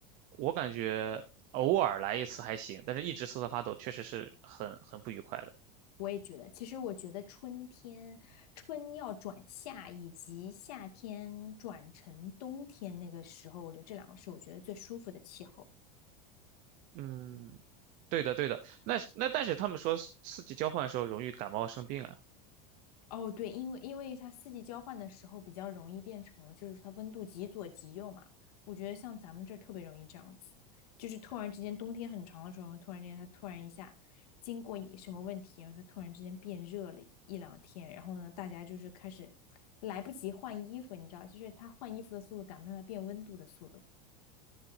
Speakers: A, on the right (about 40°); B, on the left (about 80°).
A: 我感觉偶尔来一次还行，但是一直瑟瑟发抖确实是很很不愉快的。
B: 我也觉得，其实我觉得春天，春要转夏，以及夏天转成冬天那个时候，我觉得这两个是我觉得最舒服的气候。
A: 嗯，对的，对的。那那但是他们说四四季交换的时候容易感冒生病啊。
B: 哦，对，因为因为它四季交换的时候比较容易变成，就是它温度极左极右嘛。我觉得像咱们这儿特别容易这样子，就是突然之间冬天很长的时候，突然之间它突然一下经过一什么问题，然后它突然之间变热了一两天，然后呢，大家就是开始来不及换衣服，你知道，就是它换衣服的速度赶不上它变温度的速度。